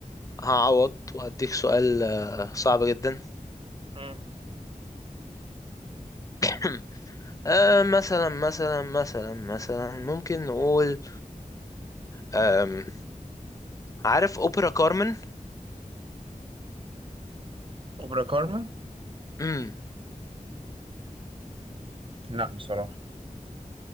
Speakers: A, on the left (about 25°); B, on the right (about 40°).
A: هعوض وهديك سؤال آه، صعب جدا
B: مم.
A: <clears throat> آه مثلا مثلا مثلا مثلا ممكن نقول آم عارف اوبرا كارمن
B: أوبرا كارمن
A: امم
B: لا بصراحة